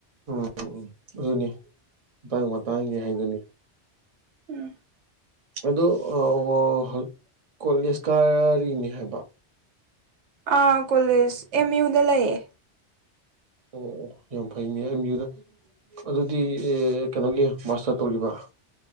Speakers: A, on the right; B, on the right.
A: ꯎꯝ ꯎꯝ ꯑꯗꯨꯅꯤ ꯃꯇꯥꯡ ꯃꯇꯥꯡꯒꯤ ꯍꯥꯏꯗꯨꯅꯤ
B: ꯎꯝ
A: ꯑꯗꯣ <unintelligible> ꯀꯣꯂꯦꯖ ꯀꯥꯔꯔꯤꯅꯦ ꯍꯥꯏꯕ
B: ꯑꯥ ꯀꯣꯂꯦꯖ ꯑꯦꯝ ꯌꯨꯗ ꯂꯩꯌꯦ
A: ꯑꯣ ꯑꯣ ꯌꯥꯝ ꯐꯩꯅꯦ ꯑꯦꯝ ꯌꯨꯗ ꯑꯗꯨꯗꯤ ꯑꯦ ꯀꯩꯅꯣꯒꯤ ꯃꯥꯁꯇꯔ ꯇꯧꯔꯤꯕ